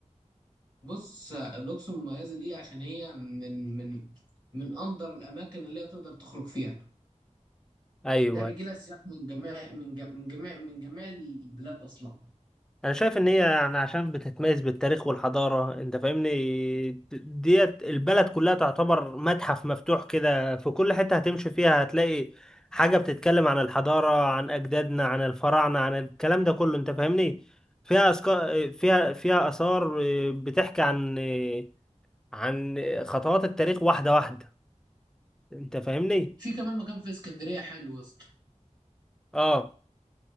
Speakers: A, on the right; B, in the centre.
A: بص الأقصر المميزة دي عشان هي من من من أندر الأماكن اللي هي تقدر تخرج فيها
B: ايوه
A: ده بيجي لها سياح من جميع من جميع من جميع من جميع البلاد أصلا
B: انا شايف ان هي يعني عشان بتتميز بالتاريخ والحضاره انت فاهمني ديت البلد كلها تعتبر متحف مفتوح كده في كل حته هتمشي فيها هتلاقي حاجه بتتكلم عن الحضاره عن اجدادنا عن الفراعنه عن الكلام ده كله انت فاهمني فيها أسكا... فيها فيها اثار آه، بتحكي عن آه، عن خطوات التاريخ واحده واحده انت فاهمني
A: في كمان مكان في اسكندرية حلو يا اسطى
B: اه